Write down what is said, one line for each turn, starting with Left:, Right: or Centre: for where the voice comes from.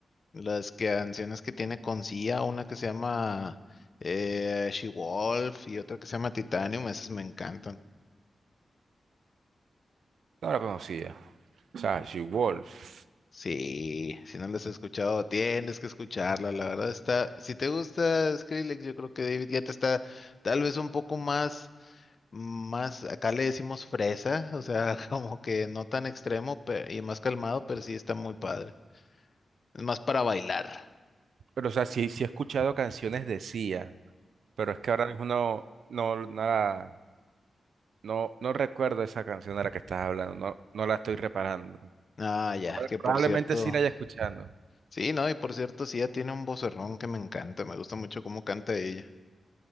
Left: las canciones que tiene con Sia, una que se llama eh, She Wolf y otra que se llama Titanium, esas me encantan.
Right: no la conocía. O sea, She-Wolf.
Left: Sí, si no las has escuchado, tienes que escucharla. La verdad está, si te gusta Skrillex, yo creo que David Guetta está tal vez un poco más, más, acá le decimos fresa, o sea, <laughs> como que no tan extremo pe- y más calmado, pero sí está muy padre. Es más para bailar.
Right: Pero o sea, sí, sí he escuchado canciones de Sia, pero es que ahora mismo no, no, no la- no, no recuerdo esa canción de la que estás hablando, no, no la estoy reparando.
Left: Ah, ya,
Right: Proba-
Left: que
Right: Probablemente
Left: por cierto,
Right: sí la haya escuchando.
Left: sí, no, y por cierto, sí, ella tiene un vocerrón que me encanta, me gusta mucho cómo canta ella.